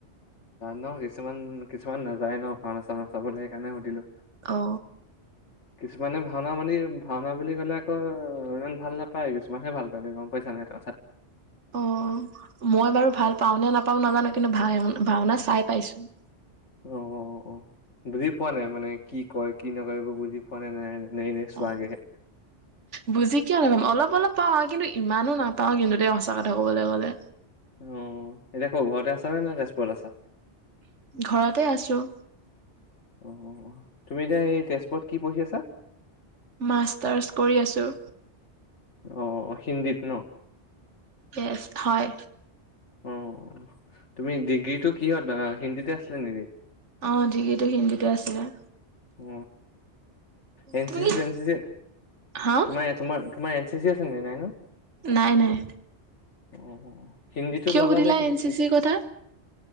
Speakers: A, on the left; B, on the right.
A: ন কিছুমান কিছুমান নাযায় ন ভাওনা-চাওনা চাবলে সেইকাৰণে সুধিলো।
B: অ।
A: কিছুমানে ভাওনা মানি ভাওনা বুলি ক'লে আকৌ ইমান ভাল নাপায় কিছুমানহে ভাল পায় দেই। তুমি গম পাইছা নে এইটো কথা?
B: অ মই বাৰু ভাল পাওঁ নে নাপাওঁ নাজানো, কিন্তু ভা ভাওনা চাই পাইছো।
A: অ-অ-অ বুজি পোৱা নাই মানে কি কয়? কি নকয় এইবোৰ বুজি পোৱানে নাই? নে এনেই চোৱাগেহে?
B: অ', বুজি কিয় নাপাম? অলপ অলপ পাওঁ আৰু কিন্তু ইমানো নাপাওঁ কিন্তু দেই সঁচা কথা ক'বলে গ'লে।
A: অ এতিয়া ক'ত ঘৰতে আছা নে তেজপুৰত আছা?
B: ঘৰতে আছো।
A: অঅ, তুমি এতিয়া এই তেজপুৰত কি পঢ়ি আছা?
B: মাষ্টাৰছ কৰি আছোঁ
A: অ হিন্দীত ন
B: ইয়েচ হয়
A: অ তুমি ডিগ্ৰী টো কিহত হিন্দীতে আছিলে নেকি?
B: অ ডিগ্ৰীটো হিন্দীতে আছিলে
A: অ এন
B: তুমি
A: চি
B: কি
A: চি এন চি চি
B: হা
A: তোমাৰে তোমাৰ তোমাৰ এ চি চি আছে নেকি নাই ন?
B: নাই নাই
A: অ হিন্দীটো
B: কিয়
A: ললা
B: সুধিলা
A: যে কি
B: এন
A: কি
B: চি চিৰ কথা?